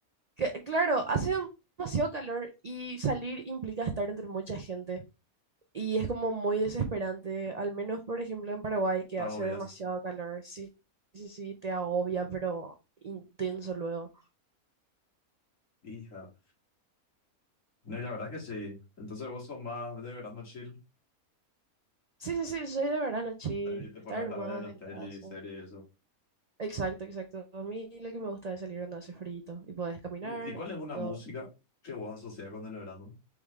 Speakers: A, on the right; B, on the left.
A: Que- claro, hace demasiado calor y salir implica estar entre mucha gente. Y es como muy desesperante, al menos por ejemplo en Paraguay que
B: Te
A: hace
B: agobias.
A: demasiado calor. Sí, sí, sí, te agobia, pero intenso luego.
B: Hija. No, y la verdad que sí. Entonces vos sos más de verano chill.
A: Sí, sí, sí, soy de verano chill,
B: Ahí te
A: estar
B: pones a
A: más
B: ver la
A: en
B: tele
A: casa.
B: y series y eso.
A: Exacto, exacto. A mí lo que me gusta es salir donde hace frío y podés caminar
B: Uh, ¿y cuál
A: y
B: es una
A: todo.
B: música que vos asociás con el verano?